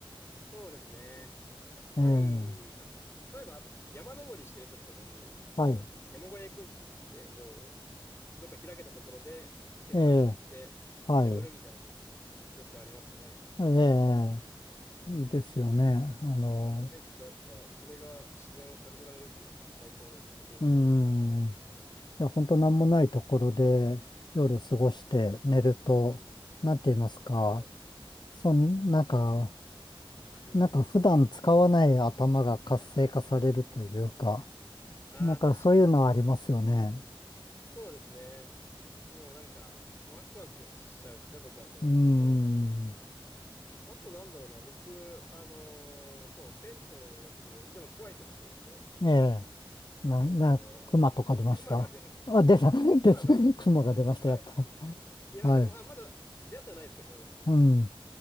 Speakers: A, on the left; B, on the left.
A: そうですね。やっぱり、
B: ええ、
A: なんていうんですか、例えば、あと山登りしてる時とかに、
B: はい、
A: 山小屋行くんじゃなくて、もう、<laughs> どっか開けたところでテントを張って眠るみたいなのが
B: ええ、はい、
A: よくありますね。
B: ええ、
A: うん。
B: いいですよね。あの、
A: こう結構やっぱ、それが自然を感じられるというか、最高の経験にはなるので。
B: うん、いや、本当なんもないところで夜過ごして寝ると、
A: うん。はい。
B: なんて言いますか、
A: はい。
B: そん、なんか、
A: うん。
B: なんか普段使わない頭が活性化されるというか、
A: ああ、
B: なんかそういうのはありますよね。
A: 確かに。そうですね。もうなんか、ワクワクしちゃうですね、僕はそれ、
B: うーん。
A: それだと。あとなんだろうな、僕、あのーそう、テントをやってて、でも怖い時もあって、
B: ええ。な、
A: えーっと、
B: な、熊とか出ました。
A: クマが出る、
B: あ、出た、<laughs>
A: クマが、
B: 出た、熊が出ました、
A: はい。
B: やっぱり。
A: いや、
B: はい。
A: でも、あ、まだ出会ってはないですけど、
B: うん。